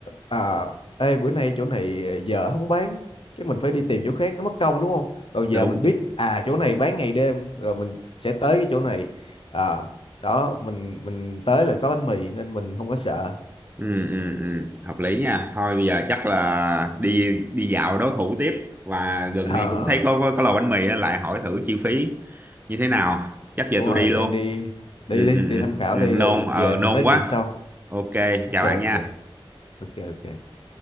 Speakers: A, on the left; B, on the right.
A: à, ê bữa nay chỗ này giờ không bán cái mình phải đi tìm chỗ khác nó mất công đúng không còn
B: đúng
A: giờ mình biết à chỗ này bán ngày đêm rồi mình sẽ tới cái chỗ này à, đó mình mình tới là có bánh mì nên mình không có sợ
B: ừ
A: ừ.
B: ừ ừ hợp lý nha thôi bây giờ chắc là đi đi dạo đối thủ tiếp và gần
A: à,
B: đây cũng thấy có có, có lò bánh mì á, lại hỏi thử chi phí như thế nào chắc giờ
A: đúng
B: tôi
A: rồi
B: đi luôn
A: bạn đi đi
B: ừ
A: đi
B: ừ
A: đi
B: ừ,
A: tham khảo
B: ừ
A: đi
B: nôn
A: rồi
B: ờ
A: về mình
B: nôn
A: nói
B: quá
A: chuyện sau
B: ok
A: ok
B: chào
A: ok
B: bạn nha
A: ok ok